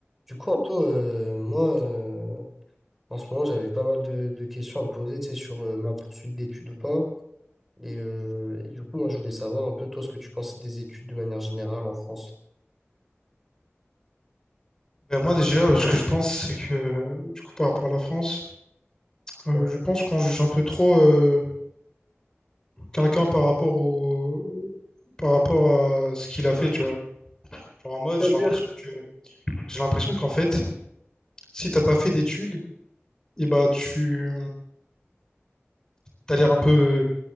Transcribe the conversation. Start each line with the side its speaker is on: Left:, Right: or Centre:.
Centre: Du coup, Anto, euh, moi, euh, en ce moment, j'avais pas mal de, de questions à me poser, tu sais, sur euh, ma poursuite d'études ou pas. Et, euh, et du coup, moi, je voulais savoir un peu, toi, ce que tu pensais des études de manière générale en France.
Left: Ben, moi déjà, ce que je pense, c'est que, euh, du coup, par rapport à la France, euh,
Centre: Ouais.
Left: je pense qu'on juge un peu trop euh, quelqu'un par rapport au, par rapport à ce qu'il a fait, tu vois. Genre en mode,
Centre: C'est-à-dire,
Left: j'ai l'impression que, j'ai l'impression qu'en fait, si t'as pas fait d'études, et bah tu, t'as l'air un peu,